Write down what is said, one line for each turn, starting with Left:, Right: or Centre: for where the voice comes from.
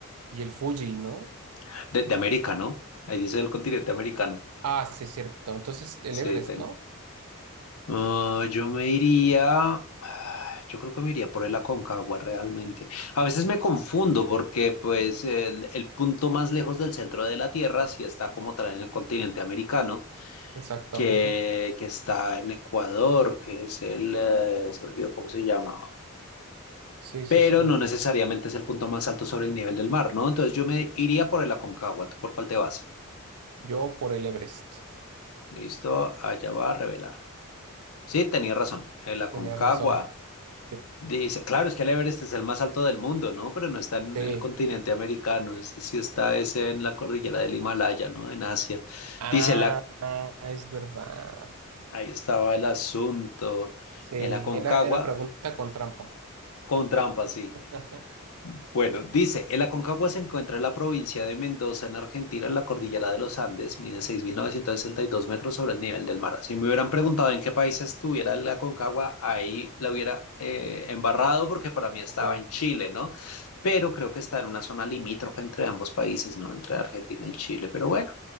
Right: y el Fuji, ¿no?
Left: <laughs> de, de América, ¿no? Ahí dice el continente americano.
Right: Ah, sí, cierto. Entonces, el
Left: Sí,
Right: Everest,
Left: ten-
Right: ¿no?
Left: Ah, yo me iría, <sighs> yo creo que me iría por el Aconcagua realmente. A veces me confundo porque pues el, el punto más lejos del centro de la Tierra sí está como tal en el continente americano
Right: Exactamente.
Left: que, que está en Ecuador, que es el, eh, se me olvidó cómo se llamaba,
Right: Sí,
Left: pero
Right: sí, sí.
Left: no necesariamente es el punto más alto sobre el nivel del mar, ¿no? Entonces yo me iría por el Aconcagua. ¿Tú por cuál te vas?
Right: Yo por el Everest.
Left: Listo, allá va a revelar. Sí, tenía razón, el Aconcagua.
Right: Tenías razón. Sí.
Left: Dice, claro, es que el Everest es el más alto del mundo, ¿no? Pero no está en
Right: Sí.
Left: el continente americano, es sí está ese en la cordillera del Himalaya, ¿no? En Asia.
Right: Ah,
Left: Dice, la,
Right: ah, es verdad.
Left: ahí estaba el asunto,
Right: Sí,
Left: el Aconcagua,
Right: era, era pregunta con trampa.
Left: con trampa, sí.
Right: <laughs>
Left: Bueno, dice, el Aconcagua se encuentra en la provincia de Mendoza, en Argentina, en la cordillera de los Andes, mide 6.962 metros sobre el nivel del mar. Si me hubieran preguntado en qué país estuviera el Aconcagua, ahí la hubiera eh, embarrado porque para mí estaba
Right: Ok.
Left: en Chile, ¿no? Pero creo que está en una zona limítrofe entre ambos países, ¿no? Entre Argentina y Chile. Pero bueno,